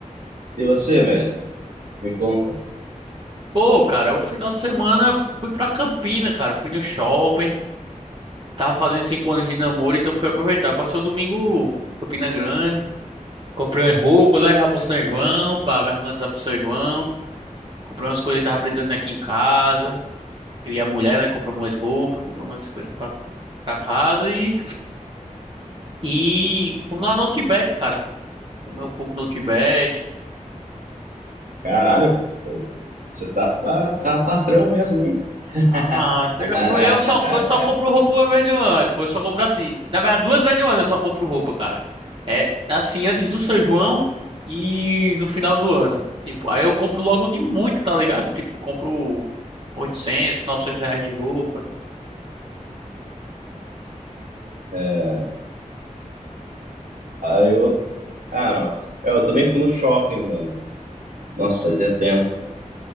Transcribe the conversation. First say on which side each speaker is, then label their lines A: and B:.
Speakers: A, on the right; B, on the right.
A: e você, velho, me conta.
B: Pô, cara, o final de semana fui pra Campina, cara. Fui no shopping. Tava fazendo cinco anos de namoro, então fui aproveitar. Passei o domingo em Campina Grande. Comprei umas roupas lá já pro São João, pra me organizar pro São João. Comprei umas coisas que tava precisando aqui em casa. Eu e a mulher, né, comprou umas roupas, comprou umas coisas pra, pra casa e. E fomos lá no Outback, cara. comer um pouco no Outback.
A: Caralho, pô, você tá, tá, tá patrão mesmo, hein? <laughs>
B: Ah, tem que
A: <laughs>
B: apro- eu só, eu só compro roupa uma vez no ano. pô, Eu só compro assim. Na verdade, duas vezes no ano eu só compro roupa, cara. É assim, antes do São João e no final do ano. Tipo, aí eu compro logo de muito, tá ligado? Tipo, compro 800 900 reais de roupa.
A: É, aí eu, cara, eu também fui no shopping, mano. Nossa, fazia tempo.